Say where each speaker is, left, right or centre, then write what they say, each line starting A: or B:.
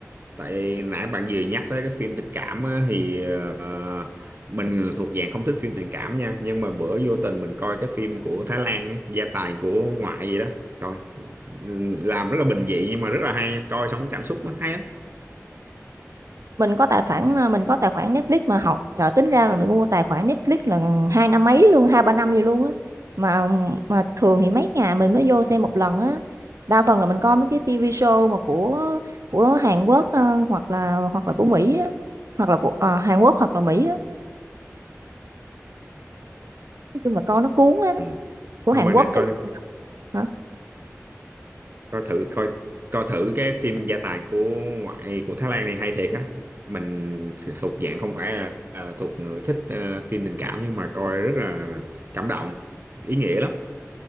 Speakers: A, on the right (about 45°); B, on the right (about 70°).
A: tại nãy bạn vừa nhắc tới cái phim tình cảm á, thì ờ, mình thuộc dạng không thích phim tình cảm nha nhưng mà bữa vô tình mình coi cái phim của Thái Lan ấy, gia tài của ngoại gì đó rồi làm rất là bình dị nhưng mà rất là hay coi xong cảm xúc nó hay lắm
B: mình có tài khoản ờ, mình có tài khoản Netflix mà học trời tính ra là mình mua tài khoản Netflix là hai năm mấy luôn hai ba năm gì luôn á mà mà thường thì mấy ngày mình mới vô xem một lần á đa phần là mình coi mấy cái TV show mà của của Hàn Quốc ờ, hoặc là hoặc là của Mỹ á hoặc là của ờ, Hàn Quốc hoặc là Mỹ á nói chung là coi nó cuốn á
A: ừ.
B: của
A: thôi
B: Hàn
A: mà
B: Quốc
A: nên coi
B: thì hả
A: coi thử coi coi thử cái phim gia tài của ngoại của Thái Lan này hay thiệt á mình thuộc dạng không phải là à, thuộc người thích ờ, phim tình cảm nhưng mà coi rất là cảm động ý nghĩa lắm